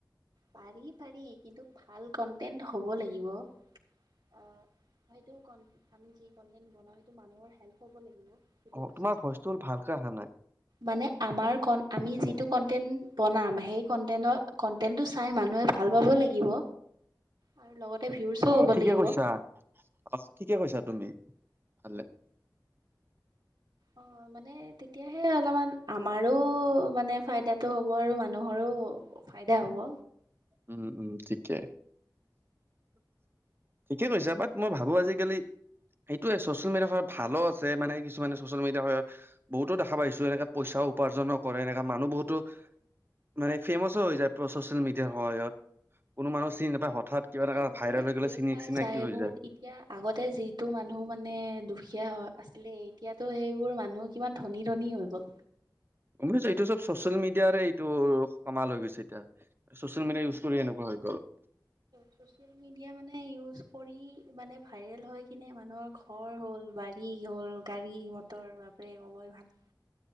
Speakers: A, on the right; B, on the right.
A: পাৰি পাৰি কিন্তু ভাল কন্টেন্ট হ'ব লাগিব। অ হয়টো কন আমি যি কনটেনট বনাও সেইটো মানুহৰ হেল্প হ'ব লাগিব। সেইটো
B: অ
A: বস্তু
B: তোমাৰ
A: চাই।
B: ভইচটো ভালকে অহা নাই।
A: মানে আমাৰ আমি যিটো কনটেন্ বনাম সেই। কনটেক্ট কন্টেন্টো চাই মানুহে ভাল পাব লাগিব। আৰু লগতে ভিউচো
B: অ
A: হ'ব
B: ঠিকে
A: লাগিব।
B: কৈছা অ ঠিকে কৈছা তুমি। ভালে।
A: অ মানে তেতিয়াহে অলপমান আমাৰো মানে ফাইদাটো হ'ব আৰু মানুহৰো। ফাইদা হ'ব।
B: উম উম ঠিকে ঠিকে কৈছা বাত মই ভাবো। ৱ আজিকালি সেইটোৱেই চচ ছ'চিয়েল মিডিয়া খনত ভালো আছে মানে কিছুমানে ছ'চিয়েল মিডিয়া সহায়ত বহুটো দেখা পাইছো এনেকে পইচা উপাৰ্জন কৰে। তেনেকা মানুহ বহুটো মানে ফেমাচো হৈ যায় পোৰা ছ'চিয়েল মিডি দে সহায়ত কোনো মানুহ চিনি নাপায় হঠাৎ কিবা
A: মানে
B: এটা
A: বহুতে
B: ভাইৰেল হৈ গ'লে
A: ফেম
B: চিনি
A: পাই
B: চিনাকি
A: যায়
B: হৈ
A: বহুত এতিয়া আগতে যিটো মানুহ মানে দুখীয়া অহ, আছিলে এতিয়াতো সেইবোৰ মানুহ কিমান ধনী -ধনী হৈ গ'ল।
B: <unintelligible> এইটো চব ছচিয়েল মিডিয়াৰে এইটো কামাল হৈ গৈছে এতিয়া। ছচিয়েল মিডিয়া
A: <unintelligible>
B: ইউজ কৰি এনেকুৱা হৈ গ'ল
A: ছ'চিয়েল মিডিয়া মানে ইউচ কৰি মানে ভাইৰেল হৈকিনে মানুহৰ ঘৰ হ'ল, বাৰী হ'ল, গাড়ী মটৰ বা ফ্ৰেম হ'বই ভাল।